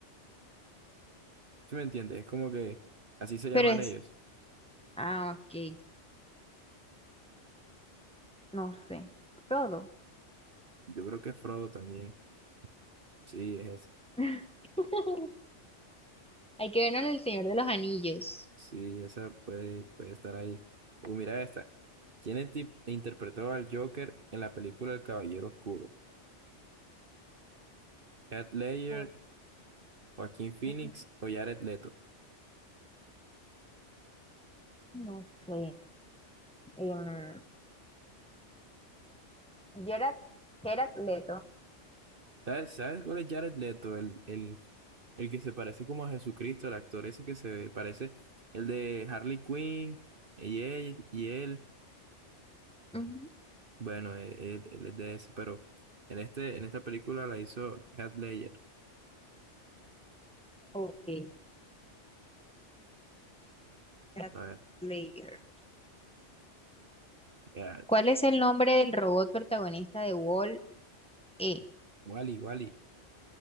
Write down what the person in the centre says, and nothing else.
Pero es
Ah, ok. No sé. Frodo.
<laughs> Hay que vernos en El Señor de los Anillos.
Bueno,
ujú.
No sé. Em, Gerard, Gerard Leto.
Ujú.
Ok. Gerard
Lager.
¿Cuál es el nombre del robot protagonista de Wall E?